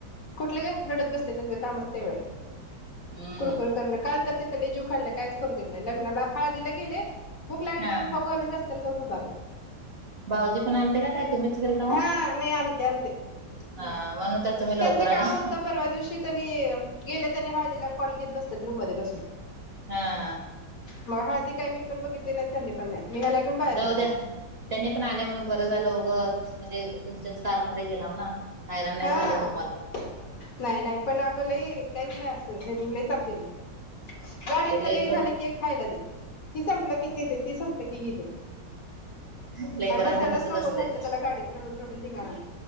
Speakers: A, on the left (about 55°); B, on the right (about 45°).
A: कुठलं घे रडत बसते त्याच कामचते वेळी
B: हम्म.
A: कुरकुर करण काल तर ते लय जीव खालाय कायच करू दिलं नाही. लग्नाला हळदीला गेले भुक लागली
B: हा
A: म्हणुण खाऊ घालून जाऊन उभारले.
B: भाऊजी पण आलते का काय? तुम्हीच गेलता ओ.
A: हा नाही आलते आलते
B: हा म्हणून तर तुम्ही लवकर
A: त्यांचं
B: आला.
A: काम होतं परवा दिवशी त्यांनी गेलं त्यांनी हळदीला कॉल घेत बसतात रूम मध्ये बसून
B: हा.
A: मग हळदी काय मी पण बघितली नाही, त्यांनी पण नाही. मी ह्याला घेऊन बाहेर
B: जाऊ
A: उभारले
B: द्या, त्यांनी पण आले म्हणून बरं झालं. उगंच म्हणजे तुमच्याच कारमध्ये गेलाव ना. हैराण नाही
A: हा
B: झालं तुम्हाला.
A: नाही नाही पण अग लई काहीच नाही असं ह्यांनी लई ताप दिलाय. गाडीत
B: ते
A: तर
B: लेकर
A: एक झालं की एक खायला दे, हि संपलं कि ते दे, ते संपलं की हि दे,
B: लेकरांचं
A: आणि बसायलाच
B: तसच
A: नको
B: असतंय
A: झालंत त्याला गाडीत रडून रडून धिंगाना